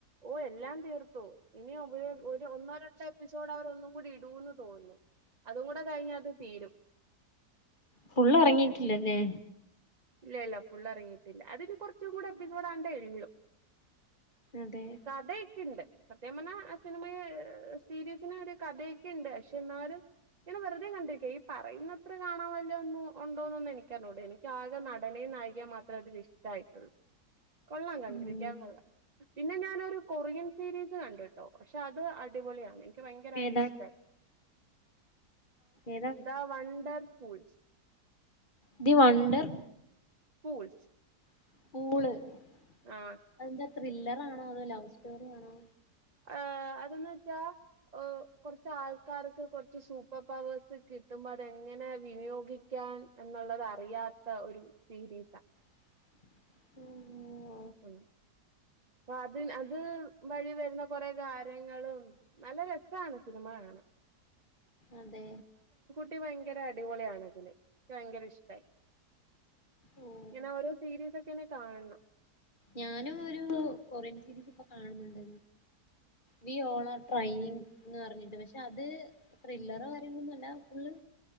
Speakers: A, on the right (about 30°); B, on the left (about 30°).
A: ഓ എല്ലാം തീർത്തു ഇനി ഒരു ഒന്നോ രണ്ടോ എപ്പിസോഡ് അവരൊന്നും കൂടി ഇടുൂന്ന് തോന്നുന്നു. അതും കൂടെ കഴിഞ്ഞ അത് തീരും.
B: ഫുൾ ഇറങ്ങിട്ടില്ലല്ലേ?
A: ഇല്ല ഇല്ല ഫുൾ ഇറങ്ങിയിട്ടില്ല അതിന് കുറച്ചും കൂടെ എപ്പിസോടാണ്ടേ ഉള്ളൂ.
B: അതെ
A: കഥയൊക്കെയുണ്ട്. സത്യം പറഞ്ഞാൽ ആ സിനിമയെ സീരിസിന് ഒരു കഥയൊക്കെുണ്ട് പക്ഷെ എന്നാലും ഇെ വെറുതെ കണ്ടിരിക്ക ഈ പറയുന്നത്ര കാണാൻ വല്ലത ഒന്നും ഉണ്ടോന്നന്ന് ഒന്ന് എനിക്കറിഞ്ഞു ട എനിക്ക് നടനയും നായികേ മാത്രേ അതിൽ ഇഷ്ടമായിട്ടുള്ളൂ കൊള്ളാം കണ്ടിരിക്കാൻ
B: ഉം
A: കൊള്ളാം. പിന്നെ ഞാനൊരു കൊറിയൻ സീരീസ് കണ്ടിട്ടോ പക്ഷെ അത് അടിപൊളിയാണ്. ഭയങ്കരമായിട്ട്
B: ഏതാ
A: ഇഷ്ട
B: ഏതാ
A: the wonder fools.
B: The wonder
A: fools.
B: <unintelligible>
A: ആ
B: അതെന്താ ത്രില്ലറാണോ അതോ ലവ് സ്റ്റോറി ആണോ?
A: ഏ അതന്ന് വെച്ചാ ് കുറച്ച് ആൾക്കാർക്ക് കുറച്ച് സൂപ്പർ പവേഴ്സ് കിട്ടുമ്പോ അതെങ്ങനെ വിനിയോഗിക്ക <unintelligible> എന്നുള്ളത് അറിയാത്ത ഒരു സീരീസ
B: മ്മ്.....
A: ഉം വാതിൻ അത് വഴി വരുന്ന കൊറെേ കാര്യങ്ങളും നല്ല രസാണ് സിനിമ കാണാൻ
B: അതെ
A: ട്ടി ഭയങ്കര അടിപൊളിയാണതില് ക്ക് ഭയങ്കര ഇഷ്ടായി
B: ഓ
A: ഞനോരോ സീരീസൊക്കെന്നെ കാണണം
B: ഞാനും ഒരു കൊറിയൻ സീരീസ് ഇപ്പൊ കാണുന്നുണ്ട്. വി ഓൾ ആർ ട്രയിങ് ന്ന് പറഞ്ഞിട്ട് പക്ഷെ അത് ത്രില്ലറോ കാര്യങ്ങളൊന്നു അല്ല ഫുള്ള്